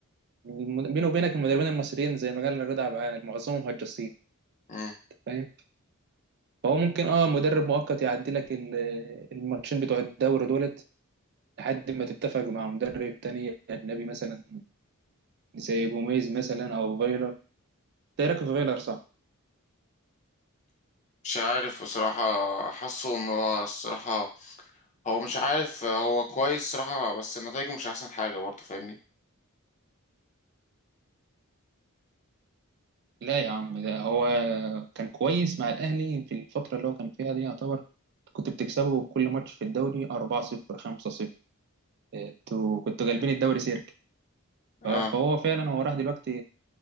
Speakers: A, on the right (about 50°); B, on the left (about 35°).
A: الم- بينه وبينك المدربين المصريين زي ما قال رضا عبد العال معظمهم هجاصين
B: مم.
A: فاهم فهو ممكن اه مدرب مؤقت يعدي لك ال- الماتشين بتوع الدوري دولت لحد ما تتفق مع مدرب تاني اجنبي مثلا زي جوميز مثلا او فايلر ده راكب فايلر صح
B: مش عارف بصراحة حاسه إن هو الصراحة هو مش عارف هو كويس صراحة بس نتايجه مش أحسن حاجة برضه فاهمني
A: لا يا عم ده هو كان كويس مع الاهلي في الفتره اللي هو كان فيها دي يعتبر كنت بتكسبه كل ماتش في الدوري 4-0 5-0 انتوا كنتوا جالبين الدوري سيرك
B: اه
A: آه، فهو فعلا هو راح دلوقتي